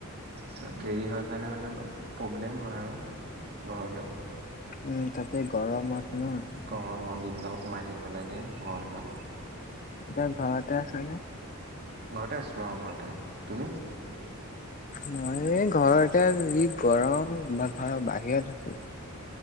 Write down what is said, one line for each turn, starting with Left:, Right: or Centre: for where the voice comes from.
Right: তাৰপিছত দেৰি হোৱাৰ কাৰণে মানে প্ৰব্লেম হয় আৰু আহোতে।
Left: উম, তাতে গৰমত ন।
Right: গৰমৰ দিনডাল সোমাই থাকিব লাগে গৰমডাল।
Left: এতিয়া ঘৰতে আছে নে?
Right: ঘৰতে আছো অ' ঘৰতে, তুমি?
Left: মই এই ঘৰতে যি গৰম বা ঘৰৰ বাহিৰত আছো।